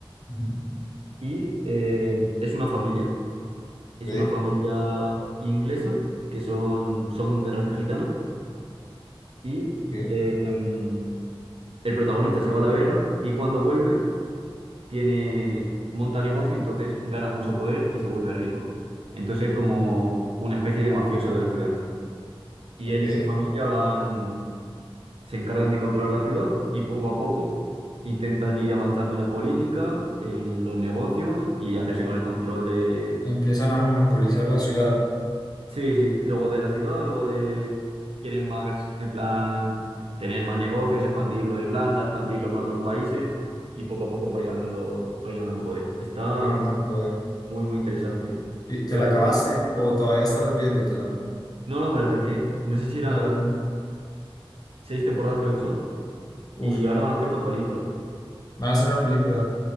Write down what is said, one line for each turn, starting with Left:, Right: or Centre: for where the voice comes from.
Left: ujú.
Right: Y eh, es una familia. Es
Left: Ok,
Right: una familia inglesa que son, son de raza gitana y
Left: ok,
Right: eh, em, el protagonista se va a la guerra y cuando vuelve tiene, monta negocio y entonces gana mucho poder y se vuelve rico. Entonces es como una especie de mafioso de la ciudad. Y
Left: ok.
Right: él y su familia van, se encargan de controlar la ciudad y poco a poco intentan ir avanzando en la política, en los negocios y hacerse con el control de
Left: empiezan a monopolizar la ciudad,
Right: Sí, sí, luego de la ciudad, luego de... Quieren más, en plan, tener más negocios, expandirlo a Irlanda, expandirlo con otros países y poco a poco para ir ganando, para ir ganando poder. Está
Left: el ganando poder.
Right: muy, muy interesante.
Left: ¿Y ¿Te
Right: Te
Left: la
Right: la
Left: acabaste
Right: recomiendo.
Left: o todavía estabas viéndotela?
Right: No, no, me la terminé. No sé si eran
Left: Te la-
Right: seis temporadas creo que son
Left: Uf,
Right: y ahora van a hacer una película.
Left: van a hacer una película.